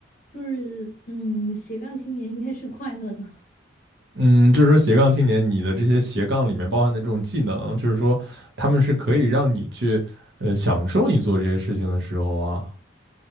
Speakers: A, on the left; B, on the right.
A: 就是，嗯，斜杠青年应该是快乐的。
B: 嗯，就是说斜杠青年，你的这些斜杠里面包含的这种技能，就是说他们是可以让你去，呃，享受你做这些事情的时候啊，